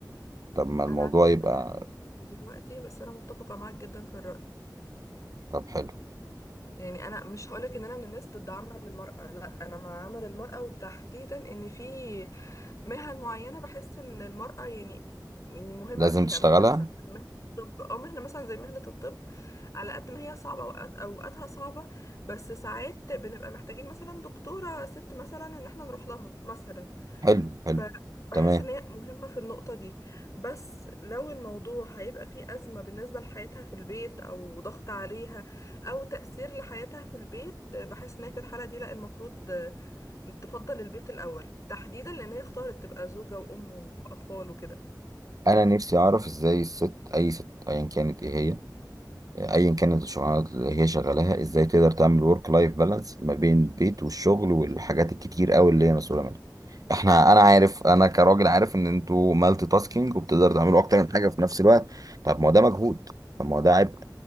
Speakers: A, on the right (about 55°); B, on the left (about 45°).
A: طب ما الموضوع
B: انا عارفه ان
A: يبقى
B: انا هضحك دلوقتي بس انا متفقه معاك جدا في الراي
A: طب حلو
B: يعني انا مش هقولك ان انا من الناس ضد عمل المرأة لا انا مع عمل المرأة وتحديدا ان في مهن معينة بحس ان المرأة يعني يعني مهمة
A: لازم
B: فيها
A: تشتغلها
B: مهنة مثلا زي مهنة الطب او مهنة مثلا زي مهنة الطب على قد ما هي صعبة اوقات اوقاتها صعبة بس ساعات بنبقى محتاجين مثلا دكتورة ست مثلا ان احنا نروح لها مثلا
A: حلو حلو
B: فبحس
A: تمام
B: ان هي مهمة في النقطة دي بس لو الموضوع هيبقى فيه أزمة بالنسبة لحياتها في البيت او ضغط عليها او تأثير لحياتها في البيت بحس ان هي في الحالة دي لا المفروض تفضل البيت الأول تحديدا لان هي اختارت تبقى زوجة وأم وأطفال وكده
A: انا نفسي اعرف ازاي الست اي ست ايا كانت ايه هي ايا كانت الشغلانه اللي هي شغالاها ازاي تقدر تعمل ورك لايف بالانس ما بين البيت والشغل والحاجات الكتير قوي اللي هي مسؤوله منها احنا
B: مم.
A: انا عارف انا كراجل عارف ان انتوا مالتي تاسكينج وبتقدروا تعملوا اكتر من حاجه في نفس الوقت طب ما هو ده مجهود طب ما هو ده عبء